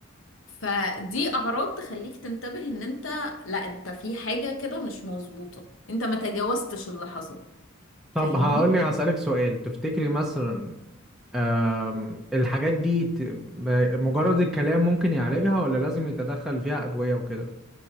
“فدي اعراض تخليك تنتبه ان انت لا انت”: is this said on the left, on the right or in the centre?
Left